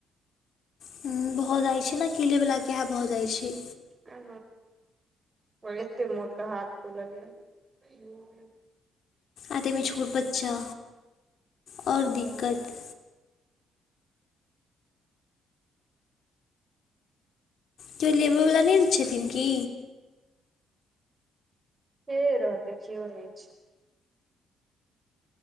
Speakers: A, on the left; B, on the right.
A: हम्म भऽ जाइ छै न किले वला के इहै भऽ जाइ छै।
B: ह ओं एते मोट क हाथ फुलल यऽ।
A: आतेमे छोट बच्चा आओर
B: हँ
A: दिक्कत कियो लेबऽवला नहि छथिन की
B: के रहतै कीओ नहि छै